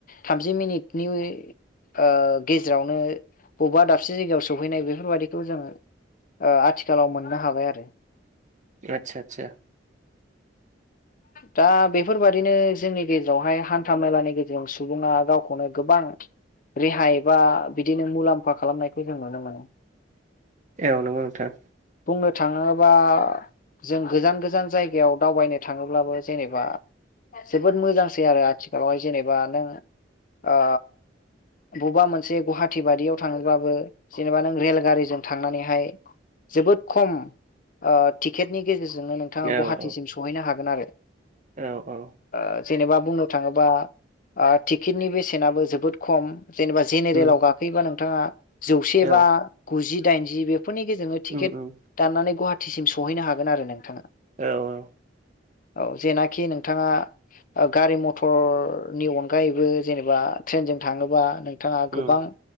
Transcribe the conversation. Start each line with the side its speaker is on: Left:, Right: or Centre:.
Left: थामजि मिनिटनि ओ गेजेरावनो बबेबा दाबसे जायगायाव सहैनाय बेफोरबादिखौ जों - ओ आथिखालाव मोननो हाबाय आरो।
Right: आतसा आतसा। <inaudible>
Left: दा बेफोरबादिनो जोंनि गेजेरावहाय हान्था मेलानि गेजेरजों सुबुङा गावखौनो गोबां रेहाय बा बिदिनो मुलाम्फा खालामनायखौ जों नुनो मोनो।
Right: औ नंगौ नोंथां।
Left: बुंनो थाङोबा जों गोजान गोजान जायगायाव दावबायनो थाङोब्लाबो जेनेबा जोबोद मोजांसै आरो आथिखालावहाय जेनेबा नों आ बबेबा मोनसे गुवाहाटि बायियाव थांनोबाबो जेनेबा नों रेलगारिजों थांनानैहाय जोबोद खम आ टिकेटनि गेजेरजों जोङो नोंथाङा
Right: औ
Left: गुहाटीसिम
Right: औ
Left: सौहैनो हागोन आरो।
Right: औ औ
Left: ओ जेनेबा बुंनो थाङोबा आ टिकेटनि बेसेनाबो जोबोद खम जेनेबा जेनेरेलाव
Right: उम
Left: गाखोयोबा नों नोंथाङा जौसे
Right: औ
Left: बा गुजि, दाइनजि बेफोरनि गेजेरजोंनो टिकेट
Right: उम उम
Left: दाननानै गहाटी टिसिम सहैनो हागोन आरो नोंथाङा
Right: औ औ।
Left: औ जेनाखि नोंथाङा गारि मथरनि अनगायैबो जेनेबा ट्रेनजों थाङोबा नोंथाङा
Right: उम
Left: गोबां ओ